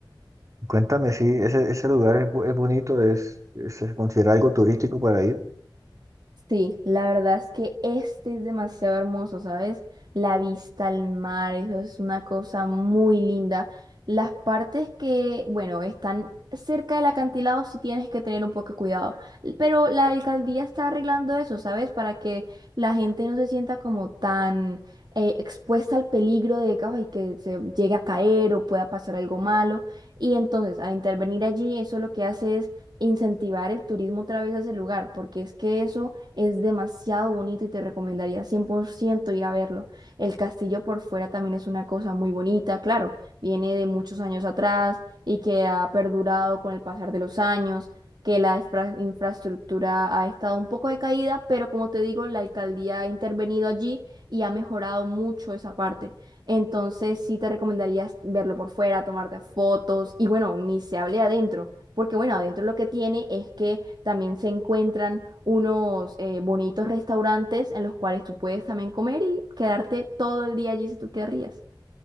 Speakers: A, on the right (about 40°); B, on the right (about 60°).
A: Cuéntame, sí, ese, ese lugar es, bu- es bonito, es, es- se considera algo turístico para ir.
B: Sí, la verdad es que este es demasiado hermoso, ¿sabes? La vista al mar, eso es una cosa muy linda. Las partes que, bueno, están cerca del acantilado sí tienes que tener un poco de cuidado, l- pero la alcaldía está arreglando eso, ¿sabes? Para que la gente no se sienta como tan eh, expuesta al peligro de que, ay, que se llegue a caer o pueda pasar algo malo. Y entonces, al intervenir allí, eso lo que hace es incentivar el turismo otra vez a ese lugar, porque es que eso es demasiado bonito y te recomendaría 100% ir a verlo. El castillo por fuera también es una cosa muy bonita, claro, viene de muchos años atrás y que ha perdurado con el pasar de los años, que la infra- infraestructura ha estado un poco decaída, pero como te digo, la alcaldía ha intervenido allí y ha mejorado mucho esa parte. Entonces sí te recomendaría verlo por fuera, tomarte fotos y bueno, ni se hable adentro, porque bueno, adentro lo que tiene es que también se encuentran unos eh, bonitos restaurantes en los cuales tú puedes también comer y quedarte todo el día allí si tú querrías.